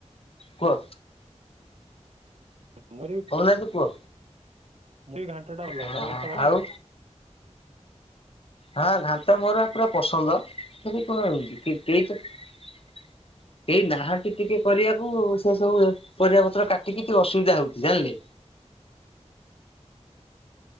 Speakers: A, on the left; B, on the right.
A: କୁହ।
B: ଆମର
A: କହୁନାହାନ୍ତି କୁହ
B: ଵି ଘାଣ୍ଟଟା ଭଲଲାଗୁଥିଲା
A: ହଁ
B: ତମକୁ ଘାଣ୍ଟ ଭଲଲାଗେନା।
A: ଆଉ ହଁ ଘାଣ୍ଟ ମୋର ପୁରା ପସନ୍ଦ। ସେ କଣ ହଉଛି। ଏଇ ବାହାରକି ଟିକେ କରିବାକୁ ସେ ସବୁ ପରିବା ପତ୍ର କାଟିକି ଟିକେ ଅସୁବିଧା ହଉଛି ଜାଣିଲେ।